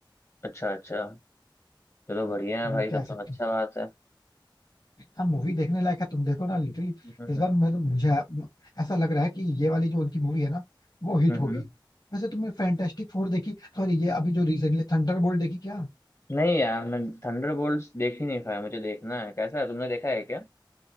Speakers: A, on the left; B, on the left.
A: अच्छा अच्छा चलो बढ़िया है
B: हम्म,
A: भाई तब
B: कह
A: तो
B: सकते
A: अच्छा
B: हैं
A: बात है
B: हाँ मूवी देखने लायक है तुम देखो ना लिटरली
A: हम्म हम्म
B: इस बार मैं तो मुझे ऐसा लग रहा है कि ये वाली जो उनकी मूवी है ना वो हिट
A: हम्म
B: होगी
A: हम्म।
B: वैसे तुमने फैंटास्टिक फोर देखी सॉरी ये अभी जो रिसेंटली थंडरबोल्ट देखी क्या
A: नहीं यार मैं थंडरबोल्ट्स देख ही नहीं पाया मुझे देखना है कैसा है तुमने देखा है क्या